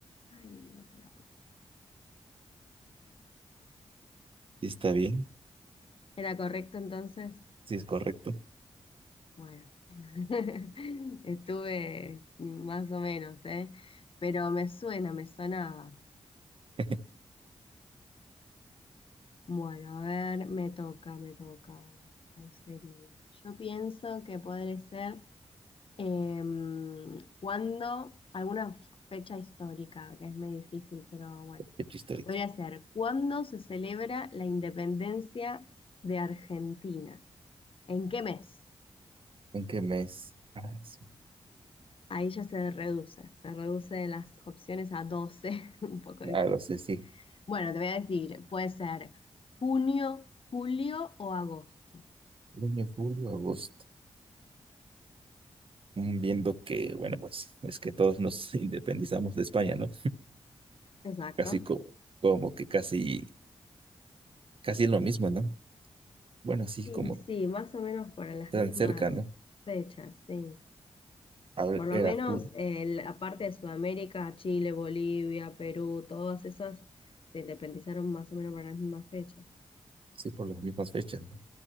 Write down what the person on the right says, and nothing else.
sí está bien,
sí es correcto.
<laughs>
Fecha histórica.
¿En qué mes? Ah, sí.
Ah, lo sé, sí.
Junio, julio, agosto. Mm, Viendo que, bueno, pues es que todos nos <laughs> independizamos de España, ¿no?
<laughs> Casi como, como que casi, casi es lo mismo, ¿no? Bueno, así
como
tan
cerca, ¿no?
A ver,
era
julio,
sí, por las mismas fechas, ¿no?